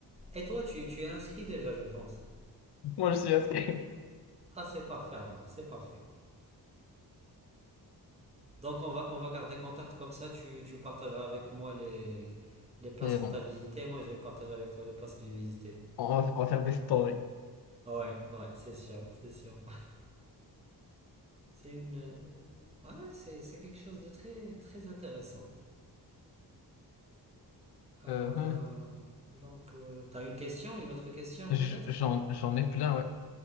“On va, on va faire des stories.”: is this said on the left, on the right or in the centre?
Left